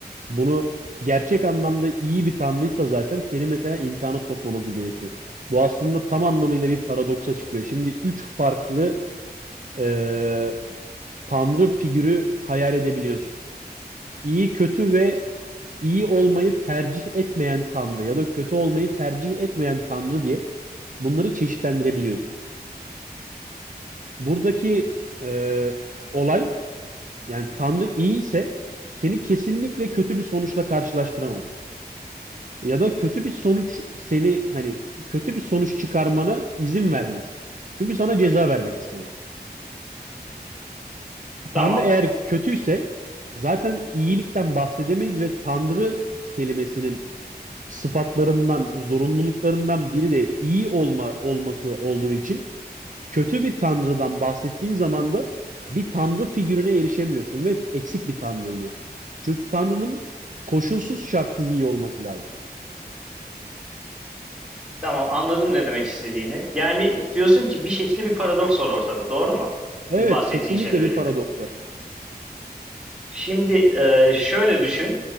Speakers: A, on the right; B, in the centre.
A: Bunu gerçek anlamda iyi bir Tanrıysa zaten seni mesela imtihana sokmaması gerekiyor. Bu aslında tam anlamıyla bir paradoksa çıkıyor. Şimdi üç farklı e, tanrı figürü hayal edebiliyorsun. İyi, kötü ve iyi olmayı tercih etmeyen tanrı ya da kötü olmayı tercih etmeyen tanrı diye bunları çeşitlendirebiliyorsun. Buradaki e, olay yani tanrı iyi ise seni kesinlikle kötü bir sonuçla karşılaştıramaz. Ya da kötü bir sonuç seni hani kötü bir sonuç çıkarmana izin vermez. Çünkü sana ceza vermek istemez.
B: Tamam.
A: Tanrı eğer kötüyse zaten iyilikten bahsedemeyiz ve Tanrı kelimesinin sıfatlarından, zorunluluklarından biri de iyi olma olması olduğu için kötü bir Tanrı'dan bahsettiğin zaman da bir Tanrı figürüne erişemiyorsun ve eksik bir Tanrı oluyor. Çünkü Tanrı'nın koşulsuz şartsız iyi olması lazım.
B: Tamam anladım ne demek istediğini. Yani diyorsun ki bir şekilde bir paradoks var ortada, doğru mu?
A: Evet,
B: Bu bahsettiğin
A: kesinlikle
B: şeylere
A: bir
B: göre.
A: paradoks var.
B: Şimdi e, şöyle düşün.